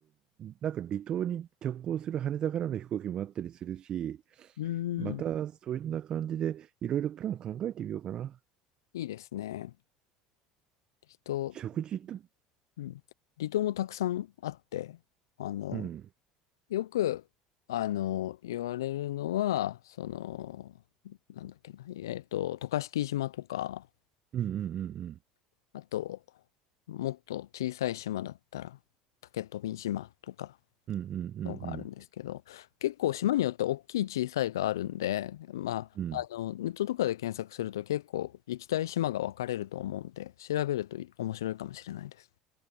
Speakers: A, on the right (about 45°); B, on the left (about 80°).
A: なんか離島に直行する羽田からの飛行機もあったりするし、
B: うん、
A: また、そういった感じで、いろいろプラン考えてみようかな。
B: いいですね。離島、
A: 食事と、
B: うん、離島もたくさんあって、あの、
A: うん。
B: よく、あの、言われるのは、その、なんだっけな、えっと、渡嘉敷島とか、
A: うんうん
B: あと、もっと小さい島だったら、竹富島とか、
A: うんうん。うんうんうん
B: のがあるんですけど、結構島によって大きい小さいがあるんで、まあ、
A: うん。うん。
B: あの、ネットとかで検索すると結構行きたい島が分かれると思うんで、調べると面白いかもしれないです。